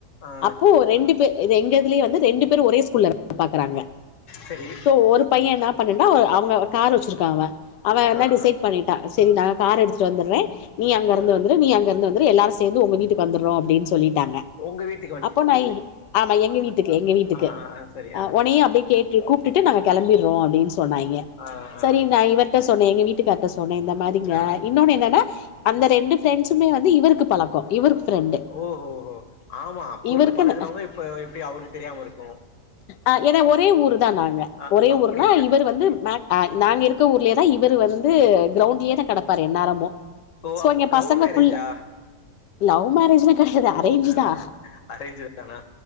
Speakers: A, on the left (about 55°); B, on the left (about 85°).
A: ஆ
B: அப்போ ரெண்டு பேர் இது எங்கதுலயே வந்து ரெண்டு பேர் ஒரே ஸ்கூல்ல வேல பாக்குறாங்க
A: சரி
B: சோ ஒரு பையன் என்ன பண்ணன்டா அவுங்க கார் வெச்சிருக்காவ்ங்க அவன்
A: ஆ
B: தான் டிசைட்
A: ஆ
B: பண்ணிட்டான் செரி நாங்க கார் எடுத்துட்டு வந்தறேன் நீ அங்க இருந்து
A: ஆ
B: வந்துரு நீங்க அங் கிருந்து வந்துரு எல்லாரும் சேந்து உங்க வீட்டுக்கு வந்துருறோ அப்டின்னு சொல்லிட்டாங்க
A: உங்க வீட்டு
B: அப்போ நா இ ஆமா எங்க வீட்டுக்கு எங்க வீட்டுக்கு
A: ஆ ஆ ஆ சரி
B: அ
A: ஆ
B: ஒனையும் அப்டே கேட் டு கூப்ட்டுட்டு நாங்க கிளம்பிறோம் அப்டின்னு சொன்னாய்ங்கே
A: ஆ ஆ
B: சேரி நான் இவர் ட்ட சொன்னே எங்க வீட்டுக்கார்ட்ட சொன்னே இந்த மாரிங்க
A: ஆ
B: இன்னொன்னு என்னன்னா அந்த ரெண்டு பிரெண்ட்ஸுமே வந்து இவருக்கு பழக்கோ இவருக்கு ஃப்ரெண்டு
A: ஓஹோஹோ ஆமா அப்போ
B: இவருக்கு
A: இருந்து பழகுறவுங்க இப்ப எப்படி அவருக்கு தெரியாம இருக்கு
B: அ எனா ஒரே ஊர் தா நாங்க
A: அ
B: ஒரே
A: அப்படி
B: ஊர்ன்னா இவர் வந்து மேக் அ நாங்க இருக்க ஊர்லயே தா இவரு வந்து கிரௌண்ட்லயே தா கெடப்பார் எந்நேரமு
A: ஓ
B: சோ
A: அப்போ
B: இங்க
A: லவ்
B: பசங்க
A: மேரேஜா
B: புல் லவ் மேரேஜ்லா கெடையாது அரேஞ்சு தா
A: லவ் அரேஞ்ச் தானா